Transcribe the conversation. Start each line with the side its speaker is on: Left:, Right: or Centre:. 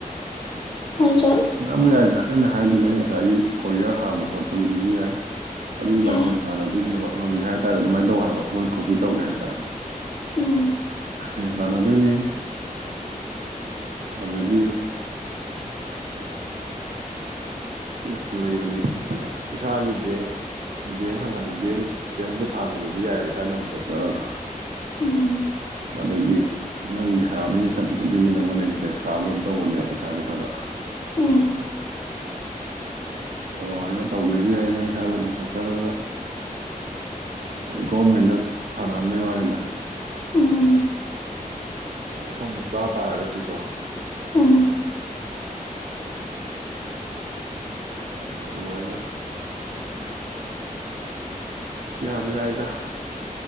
Left: ꯃꯣꯏꯁꯨ
Right: ꯃꯌꯥꯝ ꯌꯥꯏꯗꯅ ꯑꯩꯅ ꯍꯥꯏꯗꯨꯅꯦ ꯉꯁꯥꯏꯒꯤ ꯀꯣꯔꯤꯌꯔ ꯍꯥꯡꯕ ꯈꯣꯠꯄꯒꯤꯗꯨꯁꯨ ꯌꯥꯏ ꯑꯗꯨꯗꯤ ꯂꯥꯏꯁꯦꯟꯁ
Left: ꯌꯥꯏ
Right: ꯇꯥꯅꯗꯣꯏꯅꯦꯕ ꯉꯝꯒꯦ ꯍꯥꯏꯇꯥꯔꯦ ꯑꯗꯨꯃꯥꯏꯅ ꯇꯧꯋꯦ ꯍꯥꯏꯕ ꯃꯣꯏ ꯀꯣꯐꯤ ꯇꯧꯒꯦ ꯍꯥꯏꯇꯥꯔꯗꯤ
Left: ꯎꯝ
Right: ꯂꯥꯏꯁꯦꯟꯁ ꯇꯥꯟꯅꯗꯣꯏꯅꯦ ꯑꯗꯒꯤ ꯌꯥꯝ ꯂꯩꯕꯅꯤꯗ ꯏꯁꯥꯒꯤ ꯕꯦꯡ ꯕꯦꯡ ꯍꯥꯡꯟ ꯕꯦꯡ ꯑꯦꯇꯤ ꯑꯦꯝ ꯕꯨꯠ ꯍꯥꯡꯟꯕꯁꯨ ꯌꯥꯏ ꯁꯋꯥꯏꯗ ꯄꯨꯊꯣꯛꯆꯔꯒ
Left: ꯎꯝ
Right: ꯑꯗꯒꯤ ꯅꯪ ꯄꯩꯁꯥ ꯃꯤꯅ ꯁꯠꯄ ꯈꯨꯗꯤꯡꯒꯤ ꯅꯪꯉꯣꯟꯗ ꯏꯟꯇꯔꯦꯁ ꯀꯥꯞ ꯀꯩꯅꯝ ꯇꯧꯕꯅꯦꯕ ꯄꯩꯁꯥꯁꯦ ꯈꯔ ꯈꯔ
Left: ꯎꯝ
Right: ꯑꯗꯨꯃꯥꯏꯅ ꯇꯧꯒꯦꯁꯨ ꯌꯥꯏ ꯅꯪ ꯉꯁ ꯄꯨꯊꯣꯛꯆꯔꯒ ꯒꯣꯃꯦꯟꯅ ꯇꯅꯥꯍꯟꯕ ꯋꯥꯅꯤꯅ
Left: ꯎꯝ
Right: ꯃꯐꯝꯗ ꯆꯥ ꯇꯥꯔꯒꯗꯤꯀꯣ
Left: ꯎꯝ
Right: ꯃꯗꯨꯃꯥꯏꯅ ꯌꯥꯝ ꯌꯥꯝ ꯌꯥꯏꯗ